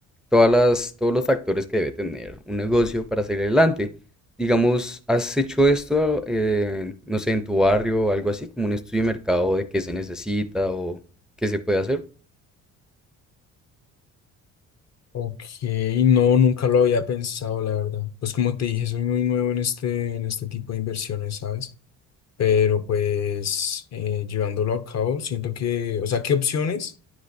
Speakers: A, in the centre; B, on the left (about 50°).
A: todas las, todos los factores que debe tener un negocio para salir adelante. Digamos, ¿has hecho esto, eh, no sé, en tu barrio o algo así, como un estudio de mercado de qué se necesita o qué se puede hacer?
B: Ok, no, nunca lo había pensado, la verdad. Pues como te dije, soy muy nuevo en este, en este tipo de inversiones, ¿sabes? Pero pues eh, llevándolo a cabo, siento que, o sea, ¿qué opciones